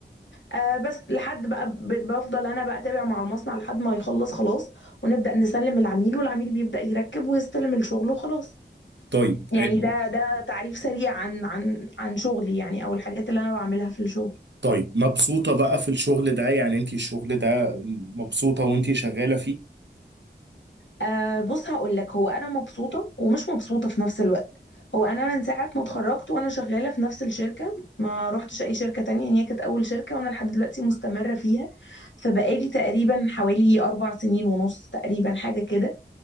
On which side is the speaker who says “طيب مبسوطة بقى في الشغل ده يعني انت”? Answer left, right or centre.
Right